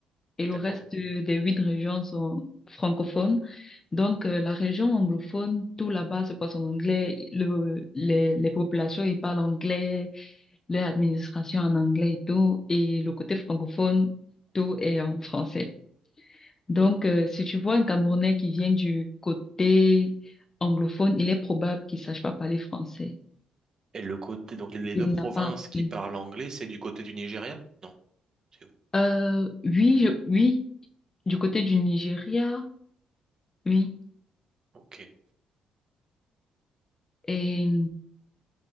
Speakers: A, on the left; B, on the right.
A: et le
B: D'accord.
A: reste euh, des huit régions sont francophones. Donc, euh, la région anglophone, tout là-bas se passe en anglais. Le, les, les populations, ils parlent anglais, leur administration en anglais et tout. Et le côté francophone, tout est en français. Donc, euh, si tu vois un Camerounais qui vient du côté anglophone, il est probable qu'il sache pas parler français.
B: Et le côté, donc les
A: Il
B: deux provinces
A: n'a pas appris.
B: qui parlent anglais, c'est du côté du Nigeria? Non, c'est où?
A: Euh, oui, je- oui, du côté du Nigeria, oui.
B: Ok.
A: Et